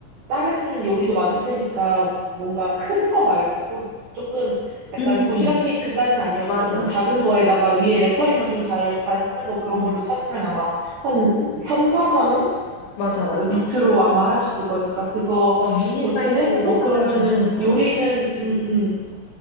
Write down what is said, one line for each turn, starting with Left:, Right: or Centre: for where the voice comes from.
Right: 다른 요리도 많을 테니까 뭔가 큰 거 말고 조금 약간
Left: 응, 응,
Right: 도시락
Left: 응,
Right: 케이크까지는 아니어도
Left: 맞아.
Right: 조금 작은 거에다가 위에 레터링만 좀 잘, 잘 쓰는 거 그런
Left: 응.
Right: 걸로 찾으면 아마 한 3, 4만 원
Left: 맞아, 맞아.
Right: 밑으로 아마 할 수 있을 거니까 그거
Left: 어, 미니
Right: 그렇게
Left: 사이즈로
Right: 해서 해두고
Left: 하면
Right: 그러면은
Left: 괜찮은 것
Right: 요리는
Left: 같아.
Right: 음, 음,